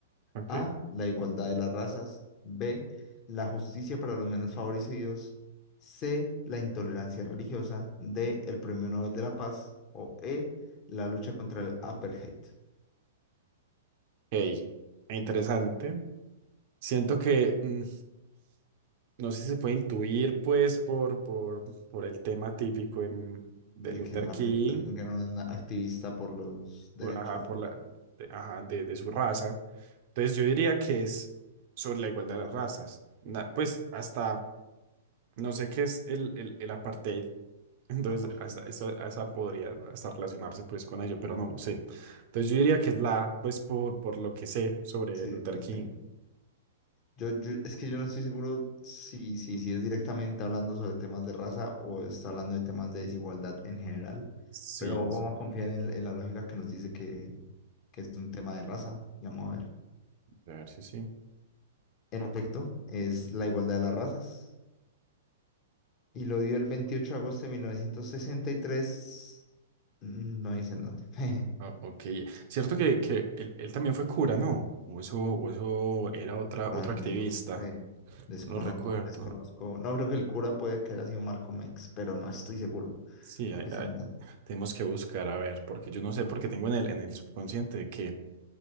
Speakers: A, on the right (about 55°); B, on the left (about 40°).
A: Ok.
B: A. La igualdad de las razas. B. La justicia para los menos favorecidos. C. La intolerancia religiosa. D. El Premio Nobel de la Paz. O E. La lucha contra el apartheid.
A: Ok, interesante. Siento que, mm, no sé si se puede intuir, pues, por, por, por el tema típico em, de
B: De
A: Luther
B: que Martin
A: King,
B: Luther King era un activista por los derechos
A: por, ajá, por
B: de
A: la,
B: la,
A: de, ajá, de, de su raza. Entonces yo diría que es sobre la igualdad
B: la igualdad.
A: de las razas. Na- pues hasta, no sé qué es el, el, el apartheid. <laughs> Entonces,
B: Apartheid.
A: hasta eso, esa podría hasta relacionarse pues con ello, pero no lo sé. Entonces yo diría que es la, pues por, por lo que sé sobre
B: Sí,
A: Luther
B: sí, por el
A: King.
B: tema. Yo, yo, es que yo no estoy seguro si, si, si es directamente hablando sobre temas de raza o está hablando de temas de desigualdad en general,
A: Sí,
B: pero vamos
A: sí.
B: a confiar en, en la lógica que nos dice que, que es un tema de raza y vamos a ver.
A: A ver si sí.
B: En efecto, es la igualdad de las razas y lo dio el 28 de agosto de 1963, mm, no dice dónde. <laughs>
A: Ah, ok. Cierto que, que él, él también fue cura, ¿no? O eso, o eso era otra,
B: La
A: otra
B: verdad,
A: activista.
B: no sé. Descono-
A: No lo recuerdo.
B: desconozco. No creo que el cura puede que haya sido Malcolm X, pero no estoy seguro
A: Sí,
B: porque
A: hay- hay-
B: se metan
A: tenemos que buscar, a ver, porque yo no sé, porque tengo en el, en el subconsciente de que,